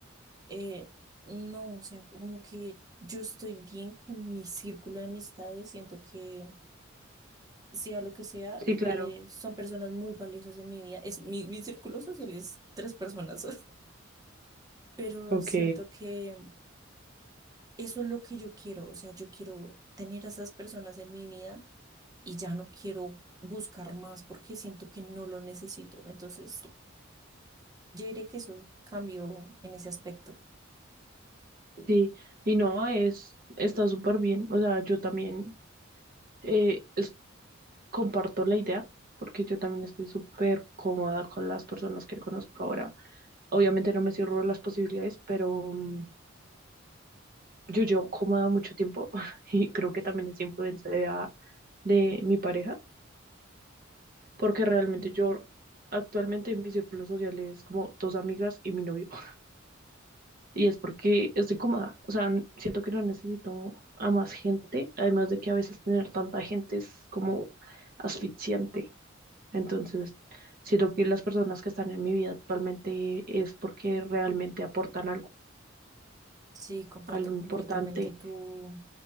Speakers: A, on the right; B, on the right.
A: eh, no, o sea, como que yo estoy bien con mi círculo de amistades, siento que sea lo que sea,
B: sí, claro.
A: eh, son personas muy valiosas en mi vida. Es, mi, mi círculo social es tres personas, <laughs> pero
B: Ok,
A: siento que eso es lo que yo quiero, o sea, yo quiero tener a esas personas en mi vida y ya no quiero buscar más porque siento que no lo necesito. Entonces, yo diría que eso cambió en ese aspecto.
B: sí. Y no, es, está súper bien. O sea, yo también eh es- comparto la idea porque yo también estoy súper cómoda con las personas que conozco ahora. Obviamente no me cierro las posibilidades, pero mm, yo yo cómoda mucho tiempo <laughs> y creo que también es influencia de, a- de mi pareja, porque realmente yo actualmente en mi círculo social es como dos amigas y mi novio. <laughs> Y es porque estoy cómoda, o sea, n- siento que no necesito a más gente, además de que a veces tener tanta gente es como asfixiante. Entonces, siento que las personas que están en mi vida actualmente es porque realmente aportan algo,
A: Sí, comparto
B: algo importante.
A: completamente tu